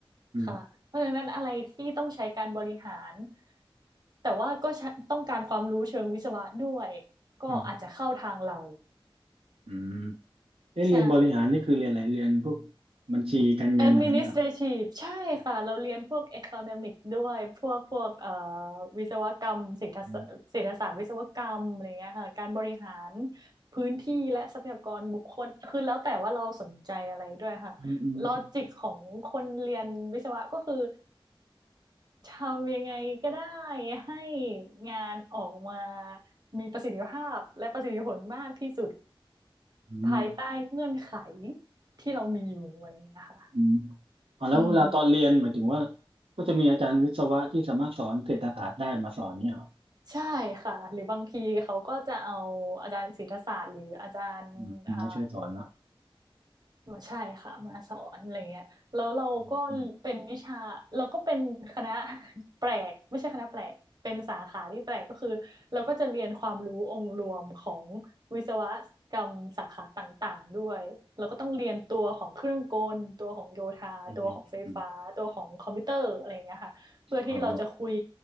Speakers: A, on the right (about 80°); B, on the right (about 50°).
A: อืม
B: ค่ะเพราะฉะนั้นอะไรที่ต้องใช้การบริหารแต่ว่าก็ใช้ต้องการความรู้เชิงวิศวะด้วยก็อาจจะเข้าทางเรา
A: อืมอืมเอ๊ะเรียนบริหารนี่คือเรียนอะไรเรียนพวก
B: ใช่
A: บัญชีการเงินอะไรเงี้ย
B: Administrative ใช่ค่ะเราเรียนพวก Economic ด้วยพวกพวกเอ่อวิศวกรรมเศรษฐศาสตร์เศรษฐศาสตร์วิศวกรรมอะไรเงี้ยค่ะการบริหาร
A: อ
B: พื้นที่และทรัพยากรบุคคลคือแล้วแต่ว่าเราสนใจอะไรด้วยค่ะ
A: ืมอืมอืม
B: ลอจิกของคนเรียนวิศวะก็คือทำยังไงก็ได้ให้งานออกมามีประสิทธิภาพและประสิทธิผลมากที่สุด
A: อืม
B: ภายใต้เงื่อนไขที่เรามีอยู่อะไรเงี้ยค่ะ
A: อืมอ๋อแล้วเวลาตอนเรียนหมายถึงว่า
B: อืม
A: ก็จะมีอาจารย์วิศวะที่สามารถสอนเศรษฐศาสตร์ได้มาสอนเนี่ย
B: ใช่ค่ะหรือบางทีเขาก็จะเอาอาจารย์ศิลปศาสตร์หรืออาจารย์อ่า
A: อืมไม่ช่วยสอนเนาะ
B: มาใช่ค่ะมาสอนอะไรเงี้ยแล้วเราก็เป็นวิชาเราก็เป็นคณะ
A: อืมอืม
B: <laughs> แปลกไม่ใช่คณะแปลกเป็นสาขาที่แปลกก็คือเราก็จะเรียนความรู้องค์รวมของวิศวกรรมสาขาต่างๆด้วยเราก็ต้องเรียนตัวของเครื่องกลตัวของโยธาตัวของไฟฟ้าตัวของคอมพิวเตอร์อะไรเงี้ยค่ะเพื่อที่เราจะคุย
A: อืมอืมอืมอ๋อ